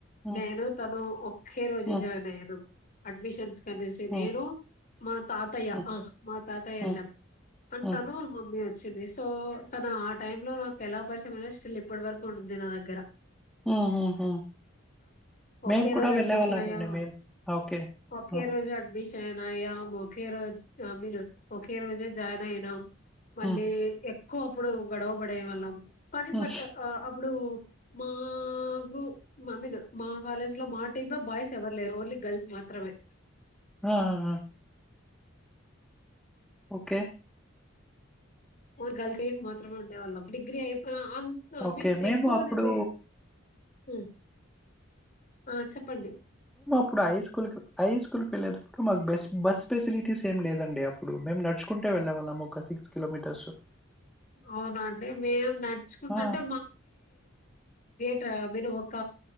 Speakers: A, in the centre; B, on the left.
A: ఉమ్,
B: నేను తను ఒక్కే రోజే
A: ఉమ్,
B: జాయిన్ అయ్యినాం. అడ్మిషన్స్ కనేసి
A: హ్మ్.
B: నేను మా తాతయ్య
A: హ్మ్.
B: హ మా తాతయ్య
A: హ్మ్.
B: ఎళ్ళాం. తన్
A: హ్మ్.
B: తను మీ చ్చింది సో తను ఆ టైమ్ లో ఎలా పరిచయం దో స్టిల్ ఇప్పటి వరకు ఉంది. నా దగ్గర
A: హ్మ్. హ్మ్. హ్మ్. మేము
B: ఒకే
A: కూడా
B: రోజు
A: వెళ్ళేవాళ్ళమండి
B: అడ్మిషన్ అయ్యాం.
A: మేము. ఓకే.
B: ఒకే
A: ఆ!
B: రోజు అడ్మిష్ చైన్ అయ్యాం. ఒకే రోజు అ మీన్ ఒకే రోజే జాయిన్ అయినాం. మళ్ళీ
A: హ్మ్.
B: ఎ క్కువ అప్పుడు గొడవపడే వాళ్ళం. కాని
A: హ్మ్.
B: బట్ ఆ ఇప్పుడు మా గ్రూ మా మీన్ మా కాలేజ్ లో మా టీమ్ లో బాయ్స్ ఎవరు లేరు. ఓన్లీ గర్ల్స్ మాత్రమే
A: ఆ ఆ ఆ ఓకే
B: ఫోర్ గర్ల్సే మాత్రం ఉండే వాళ్ళం డిగ్రీ అయిపోనా ఆమ్స్
A: ఓకే.
B: మీన్
A: మేము
B: ఎక్కువ
A: అప్పుడు
B: నేవి హు ఆ చెప్పండి
A: ప్పుడు హై స్కూల్ కి హై స్కూల్కి వెళ్ళేటప్పుడు మాకు బేస్ బస్ ఫెసిలిటీస్ ఏం లేదండి అప్పుడు. మేము నడుచుకుంటే వెళ్ళావాళ్ళము. ఒక సిక్స్ కిలోమీటర్స్
B: అవునా అండి మేము నడుచుకుంటుంటే
A: ఆ
B: టా మీరు ఒక